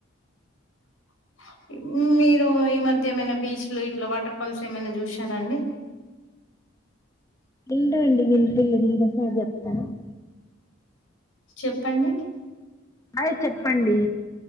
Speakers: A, on the left; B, on the left.
A: <inaudible> మీరు ఈ మధ్య ఏమైనా బీచ్లు ఇట్లా వాటర్ ఫాల్స్ ఏమైనా చూసారా అండి? <inaudible>
B: వింటాయండీ. వినిపిలేదు ఇంతసేపు చెప్తాన్నావ్
A: చెప్పండి.
B: అదే చెప్పండి.